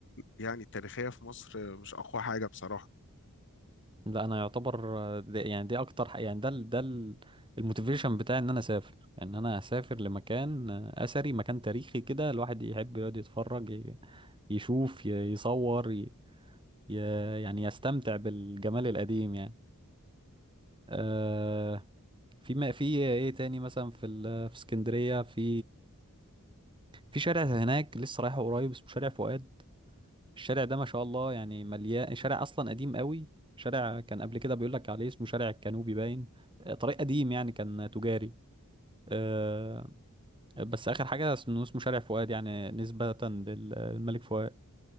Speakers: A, on the left; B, on the right.
A: يعني التاريخيه في مصر مش اقوى حاجه بصراحه
B: لا أنا يعتبر آه، دي يعني دي أكتر ح- يعني ده ال- ده ال- الموتيفيشن بتاعي إن أنا أسافر إن أنا أسافر لمكان آه، أثري مكان تاريخي كده الواحد يحب يقعد يتفرج ي- يشوف ي- يصور ي- ي- يعني يستمتع بالجمال القديم يعني أه في ما في ايه تاني مثلا في ال- في اسكندرية في في شارع هناك لسه رايحه قريب اسمه شارع فؤاد الشارع ده ما شاء الله يعني مليان شارع اصلا قديم قوي شارع كان قبل كده بيقول لك عليه اسمه شارع الكانوبي باين آه، طريق قديم يعني كان تجاري آه، بس اخر حاجه اسمه اسمه شارع فؤاد يعني نسبه لل- للملك فؤاد